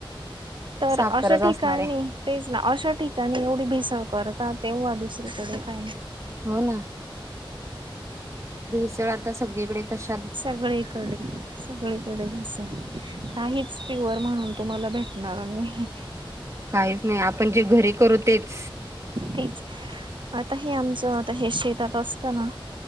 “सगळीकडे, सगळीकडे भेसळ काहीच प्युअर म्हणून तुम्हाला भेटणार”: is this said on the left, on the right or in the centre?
Right